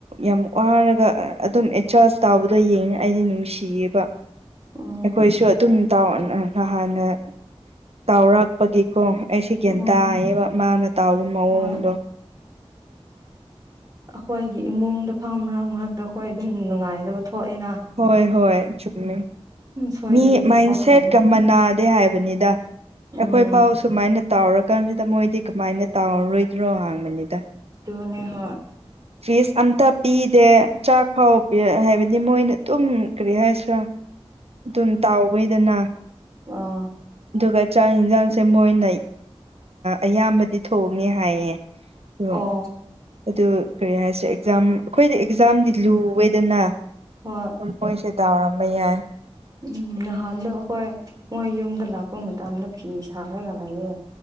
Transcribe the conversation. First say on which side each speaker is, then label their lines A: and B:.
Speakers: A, on the right; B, on the right.
A: ꯌꯥꯝ ꯋꯥꯔꯒ ꯑꯗꯨꯝ ꯑꯦꯠꯖꯥꯁ ꯇꯧꯕꯕꯗꯣ ꯌꯦꯡꯉꯦ ꯑꯩꯗꯤ ꯅꯨꯡꯁꯤꯌꯦꯕ
B: ꯎꯝ
A: ꯑꯩꯈꯣꯏꯁꯨ ꯑꯗꯨꯝ ꯅ ꯍꯥꯟꯅ ꯇꯥꯎꯔꯛ ꯀꯄꯒꯤꯀꯣ ꯑꯩꯁꯤ ꯒ꯭ꯌꯥꯟ
B: ꯎꯝ
A: ꯇꯥꯏꯌꯦꯕ ꯃꯥꯅ ꯇꯥꯎꯕ ꯃꯑꯣꯡꯗꯣ
B: ꯍꯣꯏ ꯑꯩꯈꯣꯏꯒꯤ ꯏꯃꯨꯡꯗ ꯐꯥ ꯃꯔꯥꯡ ꯃꯔꯥꯡ ꯑꯗꯣ ꯍꯈꯣꯏ ꯑꯗꯨꯝ ꯅꯨꯡꯉꯥꯏꯗꯕ ꯊꯣꯛꯏꯅ
A: ꯍꯣꯏ ꯍꯣꯏ ꯆꯨꯝꯃꯦ
B: ꯁꯣꯏꯗꯕꯤꯗ
A: ꯃꯤ ꯃꯥꯏꯟꯁꯦꯠꯀ
B: ꯊꯣꯛꯈ꯭ꯔꯅꯤ
A: ꯃꯅꯥ ꯍꯥꯏꯕꯅꯤꯗ ꯑꯩꯈꯣꯏ
B: ꯎꯝ
A: ꯐꯥꯎ ꯁꯨꯃꯥꯏꯅ ꯇꯥꯎꯔꯀꯥꯟꯁꯤꯗ ꯃꯣꯏꯗꯤ ꯀꯃꯥꯏꯅ ꯇꯥꯎꯔꯔꯣꯏꯗ꯭ꯔꯣ ꯍꯥꯡꯕꯅꯤꯗ
B: ꯇꯅꯦ ꯍꯣ
A: ꯐꯤꯁ ꯑꯝꯇ ꯄꯤꯗꯦ ꯆꯥꯛꯐꯥꯎ ꯍꯥꯏꯕꯗꯤ ꯃꯣꯏꯅ ꯑꯗꯨꯝ ꯀꯔꯤ ꯍꯥꯏꯁꯤꯔꯥ ꯑꯗꯨꯝ ꯇꯥꯎꯕꯩꯗꯅ
B: ꯑ
A: ꯑꯗꯨꯒ ꯆꯥꯛ ꯌꯦꯟꯁꯥꯡꯁꯦ ꯃꯣꯏꯅ ꯑꯌꯥꯝꯕꯗꯤ ꯊꯣꯡꯉꯦ ꯍꯥꯏꯌꯦ ꯑꯗꯣ
B: ꯑꯣ
A: ꯑꯗꯨ ꯀꯔꯤ ꯍꯥꯏꯁꯦ ꯑꯦꯛꯖꯥꯝ ꯑꯩꯈꯣꯏꯗꯤ ꯑꯦꯛꯖꯥꯝꯗꯤ ꯂꯨꯋꯦꯗꯅ
B: ꯍꯣꯏ
A: ꯃꯣꯏꯁꯦ ꯇꯥꯎꯔꯝꯕ ꯌꯥꯏ
B: ꯎꯝ ꯅꯍꯥꯟꯗꯣ ꯑꯩꯈꯣꯏ ꯃꯣꯏ ꯌꯨꯝꯗ ꯂꯥꯛꯄ ꯃꯇꯝꯗ ꯐꯤ ꯁꯥꯔꯒ ꯂꯩꯑ